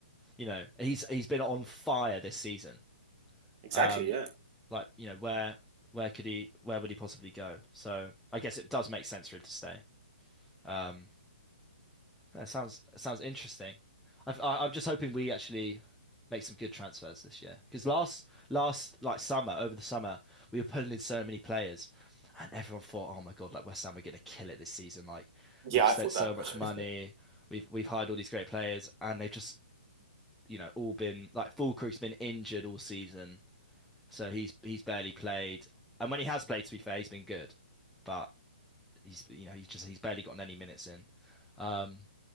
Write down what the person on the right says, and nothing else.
exactly,
yeah,
yeah.
I thought
that. <laughs>